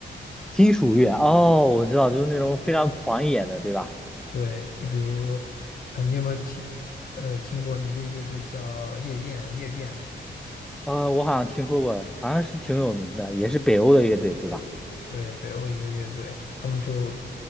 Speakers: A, in the centre; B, on the left.
A: 金属乐哦，我知道，就是那种非常狂野的，对吧？
B: 对，就比如呃，你有没有听呃听过一个乐队叫夜宴夜宴？
A: 呃，我好像听说过，好像是挺有名的，也是北欧的乐队，对吧？
B: 对，北欧一个乐队，他们就